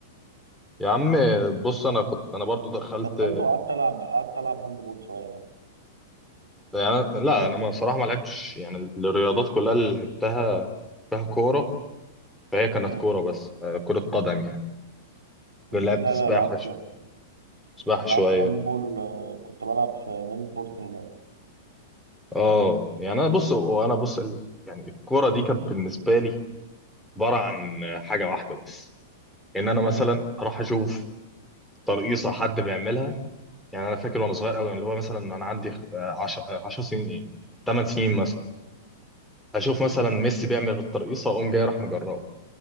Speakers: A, in the centre; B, on the right.
A: يا عم بص انا كنت انا برضو دخلت
B: بطلت وقعدت العب قعدت العب هاند بول شويه يعني
A: يعني لا انا ما صراحه ما لعبتش يعني الرياضات كلها اللي لعبتها فيها كوره فهي كانت
B: مم.
A: كوره بس آه، كره قدم يعني
B: مم.
A: لعبت
B: لا
A: سباحه
B: لا لعبت
A: ش- سباحه
B: لعبت
A: شويه
B: هاند بول آه، كنت بلعب في نادي سبورتنج يعني
A: اه يعني انا بص وانا بص ال- يعني الكوره دي كانت بالنسبه لي عباره عن حاجه واحده بس ان انا مثلا
B: مم.
A: اروح اشوف ترقيصه حد بيعملها يعني انا فاكر وانا صغير قوي يعني اللي هو مثلا انا عندي 10 10 سنين ايه 8 سنين مثلا اشوف مثلا ميسي بيعمل الترقيصه اقوم جاي راح مجربه